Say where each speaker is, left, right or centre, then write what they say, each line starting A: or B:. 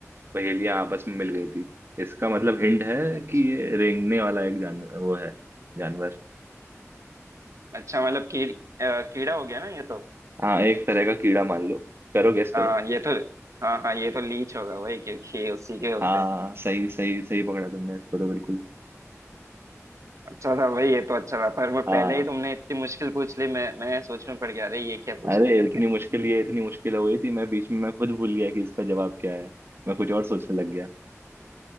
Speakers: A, on the right; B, on the right.
A: पहेलियां आपस में मिल गई थी इसका मतलब हिंट है
B: अच्छा
A: कि ये रेंगने वाला एक जानवर वो है जानवर
B: अच्छा, मतलब कीड़ अ, कीड़ा हो गया ना ये तो
A: हाँ एक तरह का कीड़ा मान लो करो गेस करो
B: हाँ ये तो हाँ हाँ ये तो लीच होगा वही क्योंकि उसी के होते
A: हाँ
B: हैं
A: सही सही सही पकड़ा तुमने इसको तो बिल्कुल
B: अच्छा था भाई ये तो अच्छा था पर मैं
A: हाँ
B: पहले ही तुमने इतनी मुश्किल पूछ ली मैं मैं सोच में पड़ गया अरे ये क्या पूछ
A: अरे
B: ले करके
A: इतनी मुश्किल ये इतनी मुश्किल हो गई थी मैं बीच में मैं खुद भूल गया कि इसका जवाब क्या है मैं कुछ और सोचने लग गया